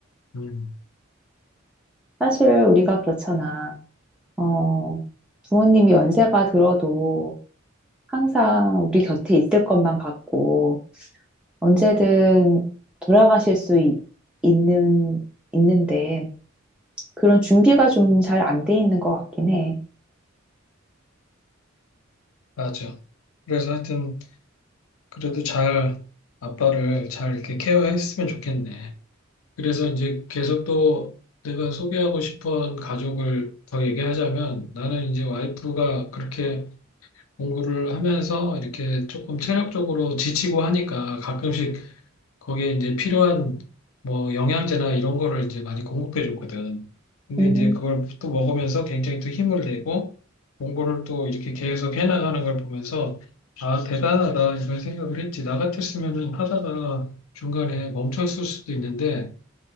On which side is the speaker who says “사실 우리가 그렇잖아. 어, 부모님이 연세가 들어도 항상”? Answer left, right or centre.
Centre